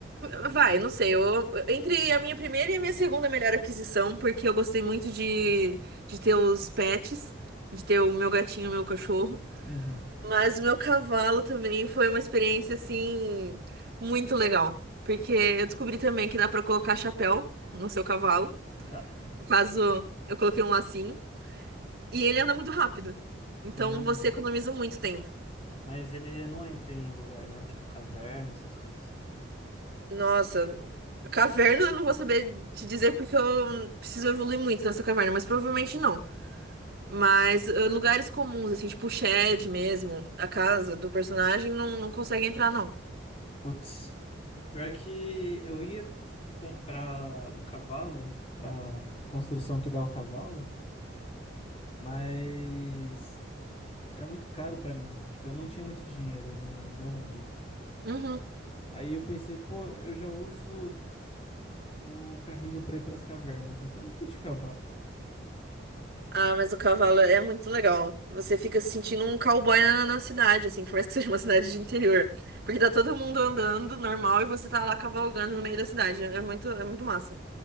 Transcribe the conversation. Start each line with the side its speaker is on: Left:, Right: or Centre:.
Right: a- vai, não sei. Eu, entre a minha primeira e a minha segunda melhor aquisição, porque eu gostei muito de, de ter os pets, de ter o meu gatinho e o meu cachorro.
Left: Uhum.
Right: Mas o meu cavalo também foi uma experiência, assim, muito legal. Porque eu descobri também que dá pra colocar chapéu no seu cavalo.
Left: Dá?
Right: No caso, eu coloquei um lacinho. E ele anda muito rápido. Então
Left: Hum.
Right: você economiza muito tempo.
Left: Mas ele não entra em lugar, né? Tipo caverna, essas coisas.
Right: Nossa, caverna eu não vou saber te dizer porque eu preciso evoluir muito nessa caverna, mas provavelmente não. Mas eh, lugares comuns, assim, tipo o shed mesmo, a casa do personagem, não, não consegue entrar, não.
Left: Putz, pior que eu ia comprar o cavalo, a construção que dá o cavalo, mas era muito caro pra mim. Tipo, eu não tinha muito dinheiro no meu mundo.
Right: Uhum.
Left: Aí eu pensei, pô, eu já uso o carrinho pra ir pras cavernas, então eu não preciso de cavalo.
Right: Ah, mas o cavalo é muito legal. Você fica se sentindo um cowboy na, na cidade, assim, por mais que seja uma cidade de interior. Porque tá todo mundo andando normal e você tá lá cavalgando no meio da cidade. É é muito, é muito massa.